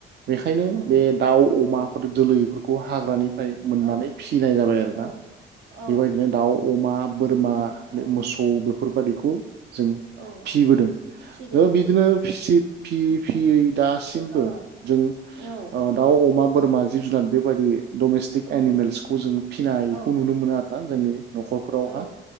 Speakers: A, on the right; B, on the right.
A: बेखायनो
B: औ
A: बे दाउ अमाफोर
B: नांगौ
A: जोलैफोरखौ खौ हाग्रानि फ्राय मोननानै
B: औ
A: फिसिनाय जाबाय आरो
B: औ
A: ना
B: औ
A: बेबायदिनो दाउ अमा बोरमा
B: औ
A: मोसौ बे बेफोर बादिखौ जों
B: औ
A: फिबोदों
B: फिदो
A: ओ बिदिनो फि सि फि फि यै दासिमबो
B: ओं
A: जों
B: ओं
A: ओ दाउ अमा बोरमा जिब जुनाद बेबायदि डमेस्टिक
B: ओ औ
A: एनिमेल्सखौ जों फिनायखौ
B: औ
A: नुनो मोनो आ <inaudible> जोंनि न'खरफोरावहा
B: औ